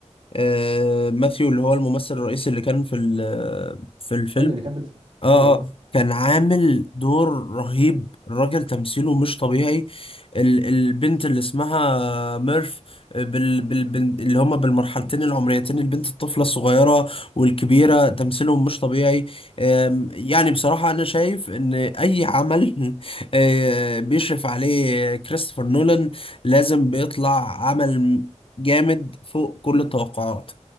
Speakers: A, on the left; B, on the right.
A: آه ماثيو اللي هو الممثل الرئيسي اللي كان في ال- في الفيلم
B: ايوه اللي كان في الفيلم
A: اه
B: ايوه
A: آه. كان عامل دور رهيب الراجل تمثيله مش طبيعي ال- البنت اللي اسمها ميرف آه، بال بال بال- اللي هما بالمرحلتين العمريتين البنت الطفلة الصغيرة والكبيرة تمثيلهم مش طبيعي آم، يعني بصراحة أنا شايف إن أي عمل <laughs> آه، بيشرف عليه كريستوفر نولان لازم بيطلع عمل جامد فوق كل التوقعات